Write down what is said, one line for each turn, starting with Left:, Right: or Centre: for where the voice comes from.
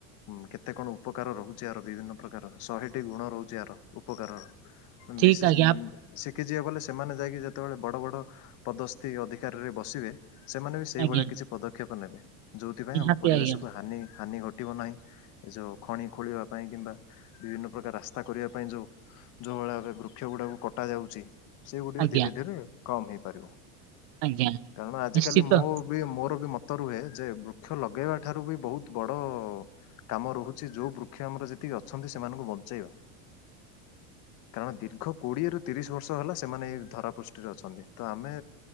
Left: ଉଁ, କେତେ କଣ ଉପକାର ରହୁଛି ଆର ବିଭିନ୍ନ ପ୍ରକା ଶହେଟି ଗୁଣ ରହୁଚି ଏହାର ଉପକାରର।
Right: ଠିକ
Left: ମିଶିଜି
Right: ଆଜ୍ଞା
Left: ଶିଖିଯିବେ ବଲେ ସେମାନେ ଯାଇକି ଯ ଯେତେବେଳେ ବଡ଼ ବଡ଼ ପଦସ୍ତି ଅଧିକାରରେ ବସିବେ ସେମାନେ ବି ସେଇଭଳିଆ
Right: ଆଜ୍ଞା
Left: କିଛି ପଦକ୍ଷେପ ନେବେ। ଯୋଉଥିପାଇଁ
Right: ନିହାତି
Left: ଆମ ପରିବେଶକୁ
Right: ଆଜ୍ଞା
Left: ହାନି ହାନି ଘଟ ଟିବ ନାହିଁ ଏ ଯୋଉ ଖଣି ଖୋଳିବା ପାଇଁ କିମ୍ବା ବିଭିନ୍ନ ପ୍ରକାର ରାସ୍ତା କରିବା ପାଇଁ ଯୋଉ ଯୋ ଉଭଳି ଭାବେ ବୃକ୍ଷ ଗୁଡାକୁ କଟା ଯାଉଛି ସେଗୁଡିକ
Right: ଆଜ୍ଞା
Left: ଧୀରେ ଧୀରେ କମ ହେଇପାରିବ।
Right: ଆଜ୍ଞା
Left: କାରଣ ଆଜିକାଲି
Right: ନିଶ୍ଚିତ
Left: ମୁଁ ବି ମୋର ବି ମତ ରୁହେ ଯେ ବୃକ୍ଷ ଲଗେଇବା ଠାରୁ ବି ବହୁତ ବଡ କାମ ରହୁଛି ଯୋଉ ବୃକ୍ଷ ଆମର ଯେତିକି ଅଛନ୍ତି ସେମାନଙ୍କୁ ବଞ୍ଚେଇବା। କାରଣ ଦୀର୍ଘ କୋଡିଏ ରୁ ତିରିଶ ବର୍ଷ ହେଲା ସେମାନେ ଏଇ ଧରାପୃଷ୍ଠରେ ଅଛନ୍ତି। ତ ଆମେ